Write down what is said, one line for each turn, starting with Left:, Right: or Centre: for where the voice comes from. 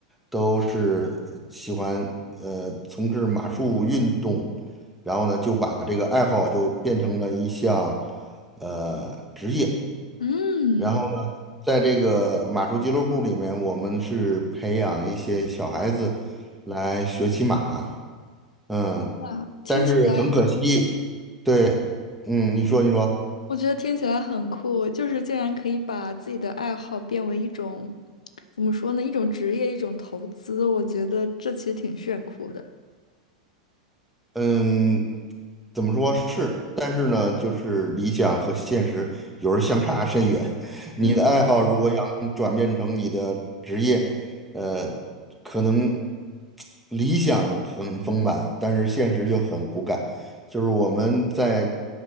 Centre: 都是喜欢呃从事马术运动，然后呢就把这个爱好就变成了一项呃职业，
Left: 嗯，
Centre: 然后呢在这个马术俱乐部里面，我们是培养一些小孩子来学骑马。嗯，
Left: 那听起来，
Centre: 但是很可惜，对，嗯，你说你说，
Left: 我觉得听起来很酷，就是竟然可以把自己的爱好变为一种，怎么说呢，一种职业，一种投资，我觉得这其实挺炫酷的。
Centre: 嗯，怎么说是，但是呢，就是理想和现实有时候相差甚远。<laughs> 你的爱好如果想转变成你的职业，
Left: 嗯。
Centre: 呃，可能理想很丰满，但是现实就很骨感。就是我们在